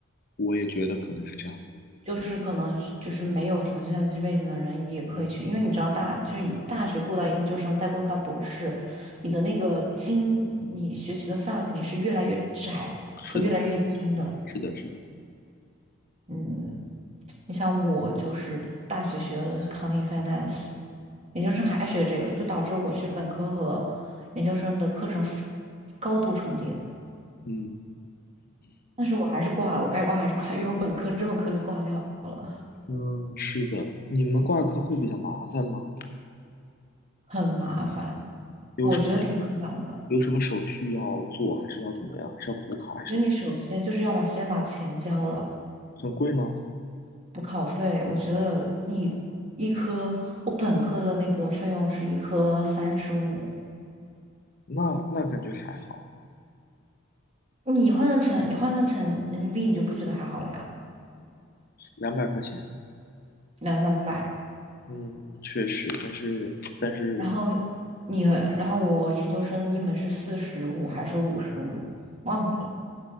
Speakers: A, on the left; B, on the right.
A: 我也觉得可能是这样子。
B: 就是可能是就是没有什么计算机背景的人也可以去，
A: 嗯，
B: 因为你知道大就是以大学过到研究生，再过渡到博士，你的那个精，你学习的范围肯定是越来越窄和越来越精的。
A: 是的，是的，是的。
B: 嗯，你像我就是大学学的 c o u n t i n g finance，研究生还学这个，就导致我其实本科和研究生的课程 f- 高度重叠，
A: 嗯
B: 但是我还是挂了，我该挂还是挂，因为我本科这门课就挂掉了，
A: 嗯，是的。你们挂科会比较麻烦吗？
B: 很麻烦，
A: 有什么
B: 我觉得挺麻烦的。
A: 有什么手续要做，还是要怎么样？还是要补考，还是要
B: 其实你首先就是要把先把钱交了，
A: 很贵吗？
B: 补考费。我觉得你一科，我本科的那个费用是一科三十五，
A: 那那感觉还好，
B: 你换算成你换算成人民币，你就不觉得还好了呀，
A: 两百块钱，
B: 两三百。
A: 嗯，确实，但是但是
B: 然后你，然后我研究生一门是四十五还是五十五，忘记了。